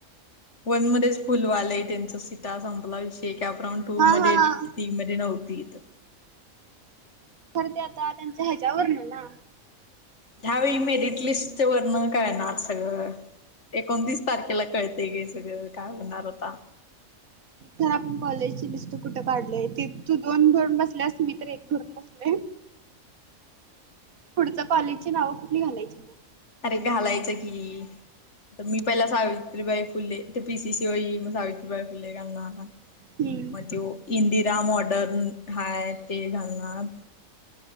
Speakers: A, on the left; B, on the right.
A: वनमध्येच फुलं व्हायलय त्यांच सीटा. संपला विषय कॅप राऊंड तू
B: हा
A: मध्ये,
B: हा
A: ती मध्ये नव्हती इथं.
B: खरं ते आता त्यांच्या ह्याज्यावरन ना.
A: ह्या वेळी मेरिट लिस्ट वरनं कळणार सगळं. एकोणतीस तारखेला कळतंय घे सगळं, काय होणार आता.
B: खर आपण कॉलेजची लिस्ट कुठं काढलंय. त तू दोन भरून बसल्यास मी तर एक भरून बसले. पुढंचा कॉलेजची नाव कुठली घालायची?
A: अरे, घालायचं की. त मी पहिला सावित्रीबाई फुले, ते P. C. C. O. E. मग सावित्रीबाई फुले घालना
B: हम्म
A: म त्यो इंदिरा, मॉडन हाय ते घालणार.